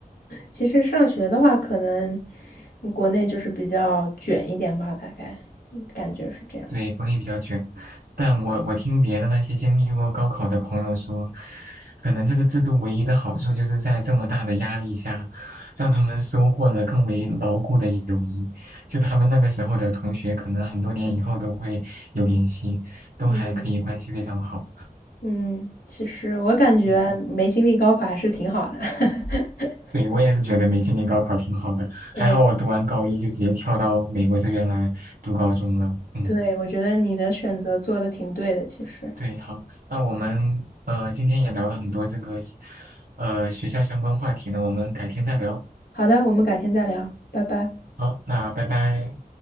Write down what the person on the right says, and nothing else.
对，国内比较卷，但我我听别的那些经历过高考的朋友说，可能这个制度唯一的好处就是在这么大的压力下，让他们收获了更为牢固的友谊。就他们那个时候的同学，可能很多年以后都会有联系，都还可以关系非常好。
嗯，
对，我也是觉得没经历高考挺好的，
还好我读完高一就直接跳到美国这边来读高中了。嗯。
对，好，那我们呃今天也聊了很多这个呃学校相关话题呢，我们改天再聊。
好，那拜拜。